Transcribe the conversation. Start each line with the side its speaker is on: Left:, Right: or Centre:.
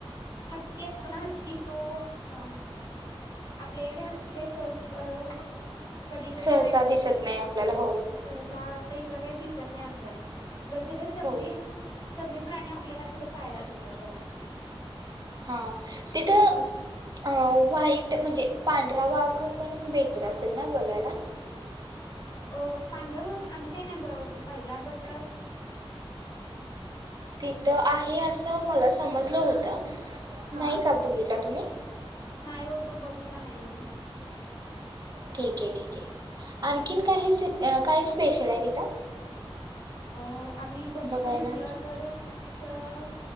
Left: हत्ती असतो. ना हत्ती तो ह आपल्या इकड हत्ती कसं अ.... कधीतरी
Right: सहसा दिसत नाई आपल्याला हो
Left: सहसाहा आता इकडं काही दिसत नाही आपल्याला. वरती ते सगळी-सगळी
Right: हो
Left: प्राणी आपल्याला तिथं पाहायला मिळतात बघा.
Right: हां तिथं अं व्हाइट म्हणजे पांढरा वाघ पण भेटत असेल ना बघायला?
Left: अ पांढरा वाघ आम्ही काय नाही पाहिला बट
Right: तिथं आहे असं मलाच समजलं होत.
Left: हा
Right: नाही का बघितला तुम्ही?
Left: नाही हो तो बघितला नाही हो मी.
Right: ठिकए ठिकए आणखीन काही सी अं काय स्पेशल आहे तिथं?
Left: अ आम्ही बघितलं
Right: बघायला
Left: म्हटलं तर असं